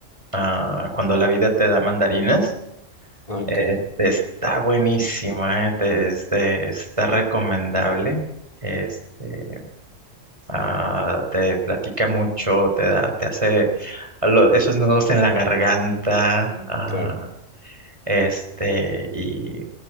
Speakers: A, on the right; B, on the left.
A: ah, Cuando la vida te da mandarinas.
B: Ah, Ok,
A: Este, está buenísima, eh, te- este, está recomendable. Este, ah, te platica mucho, te da, te hace a lo- esos nudos en la garganta, ah,
B: claro.
A: este, y,